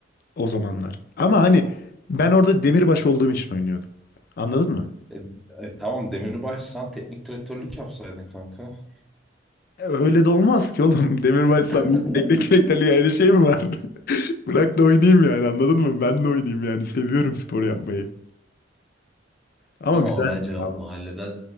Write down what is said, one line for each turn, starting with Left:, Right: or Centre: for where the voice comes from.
Left: o zamanlar. Ama hani ben orada demirbaş olduğum için oynuyordum. Anladın mı?
Centre: E, e, tamam Demirbaş sen teknik direktörlük yapsaydın kanka.
Left: E, Öyle de olmaz ki oğlum. <laughs> Demirbaşsam
Centre: <laughs>
Left: teknik direktörlük ayrı şey mi var? <laughs> Bırak da oynayayım yani anladın mı? Ben de oynayayım yani. Seviyorum spor yapmayı. Ama
Centre: Ama
Left: güzeldi
Centre: bence
Left: ya.
Centre: mahalleden